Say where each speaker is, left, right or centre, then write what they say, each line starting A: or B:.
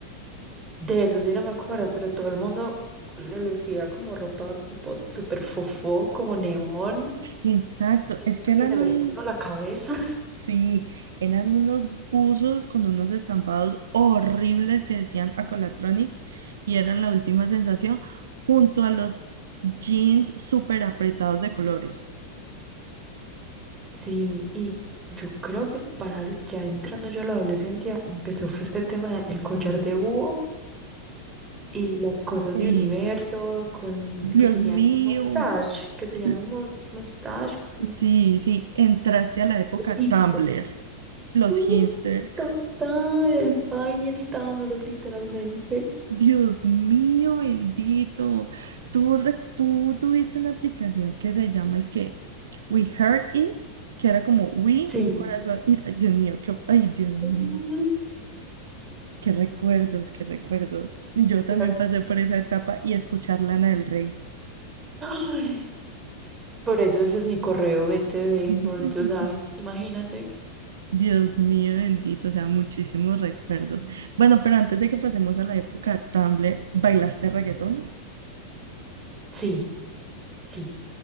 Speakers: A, on the right (about 15°); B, on the right (about 65°).
A: de eso sí no me acuerdo, pero todo el mundo le lucía como ropa tipo súper fofó, como neón,
B: Exacto,
A: y
B: es
A: eso
B: que
A: que
B: eran
A: le abría
B: un,
A: uno la cabeza. <laughs>
B: Sí, eran unos buzos con unos estampados horribles que decían Acolatronic y eran la última sensación junto a los jeans súper apretados de colores.
A: Sí, y yo creo que para el- ya entrando yo a la adolescencia empezó fue este tema del collar de búho y las cosas
B: ¡Ay!
A: de universo, con
B: Dios
A: que tenían
B: mío.
A: un mustache, que tenían
B: L-
A: un mus- mustache, con
B: Sí, sí, entraste a la época
A: los hipsters.
B: Tumblr, los
A: Sí,
B: hipsters.
A: total, el Vine y el Tumblr, literalmente.
B: Dios mío bendito, tú, re- tú tuviste una aplicación que se llama, es que We Heard It, que era como We,
A: Sí.
B: un corazón, y, ay, Dios mío, qué, ay, Dios mío,
A: Total.
B: qué recuerdos, qué recuerdos. Yo también
A: Era-
B: pasé por esa etapa y escuchar Lana del Rey.
A: Ay, Por eso ese es mi correo BTD,
B: <laughs>
A: Born to Die, imagínate.
B: Dios mío bendito, o sea, muchísimos recuerdos. Bueno, pero antes de que pasemos a la época Tumblr, ¿bailaste reggaetón?
A: Sí, sí.